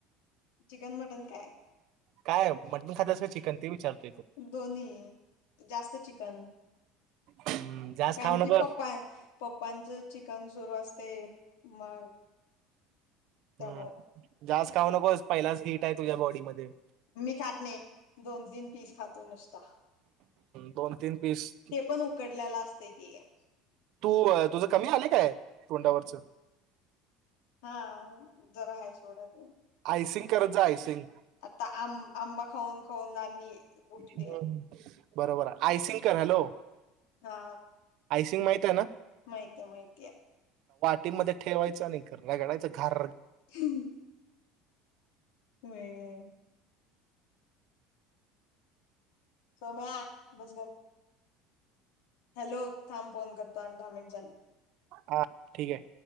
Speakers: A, on the left; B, on the right.
A: chicken mutton काय?
B: काय मटन खात्यास का चिकन ते विचारलो.
A: दोन्ही जास्त चिकन
B: हम्म, जास्त
A: कारण
B: खाऊ नकोस
A: की पप्पाचं चिकन सुरू असतय मग. त्यामुळे
B: हम्म. जास्त खाऊ नकोस पहिलाच हीट आहे तुझ्या बॉडी मध्ये
A: मी खात नाही दोन तीन पीस खातो. नुसता
B: दोन तीन पीस
A: ते पण उकडलेला असत. <unintelligible>
B: तू तुझं कमी आले काय तोंडावरच
A: हा जरा आहे सोड आता
B: आयसिंग करत जा आयसिंग.
A: आता आं आंबा खाऊन खाऊन आणि उठले.
B: हम्म. बरोबर आहे आयसिंकर हॅलो.
A: हा
B: सिंग माहित आहे ना?
A: माहिती माहितीय
B: टिक मध्ये ठेवायं आणि रगडायच घार
A: हम्म. होय होय. सम्या बस गप्प. हॅलो थांब फोन करतो आणि दहा मिनट झाली.
B: हा ठीक आहे.